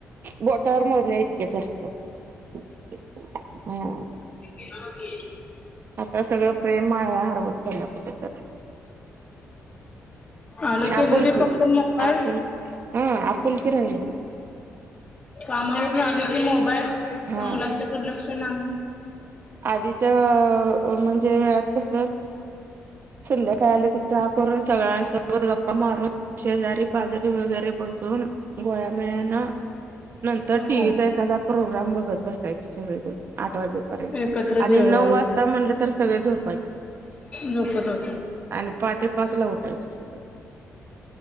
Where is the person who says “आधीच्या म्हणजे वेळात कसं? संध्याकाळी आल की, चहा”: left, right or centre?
Right